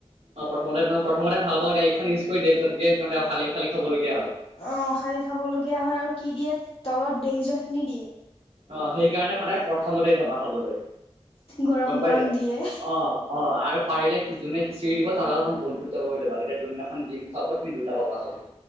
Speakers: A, on the right (about 65°); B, on the left (about 55°).
A: অ প্ৰথমতে ন প্ৰথমতে ভাোৱা গাড়ীখন ইউজ কৰিয পিছতকে সিহতে খালি খালি খাবলগীয়া হয়
B: অ খালি খাবলগীয়া হয় আৰু কি দিয়ে তলত দে যোৱা খিনি দিয়ে
A: অ সেইকাৰণে সদায় প্ৰথমতে যাবা খাবলৈ
B: গৰম
A: গম
B: গৰম
A: পাই যায়
B: দিয়ে।
A: অ অ আৰু পাৰিলে সিজনেচি দিব তাৰ লগত বন্ধুত্ব কৰি লবা এতিয়া যোনদিনাখন দিম খাব তুমি দুটা প খাব লাগা <inaudible>